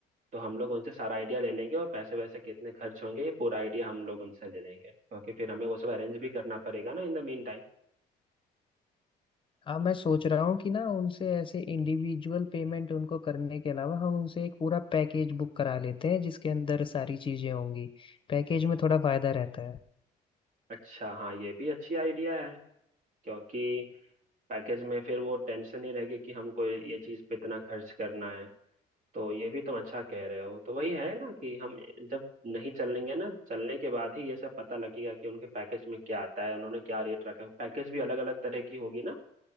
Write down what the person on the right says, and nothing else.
तो हम लोग उनसे सारा आइडिया ले लेंगे और पैसे वैसे कितने खर्च होंगे ये पूरा आइडिया हम लोग उनसे ले लेंगे क्योंकि फिर हमें वो सब अरेंज भी करना पड़ेगा ना इन द मीन टाइम।
अच्छा हाँ ये भी अच्छी आइडिया है क्योंकि पैकेज में फिर वो टेंशन ही रहेगी कि हमको ये चीज पे इतना खर्च करना है तो ये भी तुम अच्छा कह रहे हो तो वही है ना कि हम जब नहीं चलेंगे ना चलने के बाद ही ये सब पता लगेगा कि उनके पैकेज में क्या आता है उन्होंने क्या रेट रखा है पैकेज भी अलग अलग तरह की होगी ना